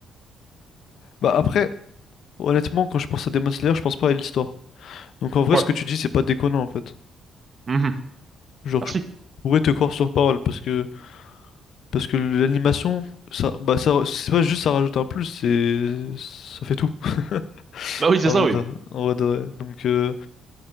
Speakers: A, on the left; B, on the right.
A: Bah, après, honnêtement, quand je pense à Demon Slayer, je pense pas à l'histoire. Donc, en vrai,
B: Ouais.
A: ce que tu dis, c'est pas déconnant, en fait.
B: Mhm.
A: Genre,
B: Merci.
A: je pourrais te croire sur parole parce que parce que l'animation, ça, bah ça, c'est pas juste ça rajoute un plus, c'est ça fait tout. <laughs>
B: Bah oui, c'est
A: En
B: ça,
A: vrai,
B: oui.
A: de- en vrai de vrai. Donc, euh,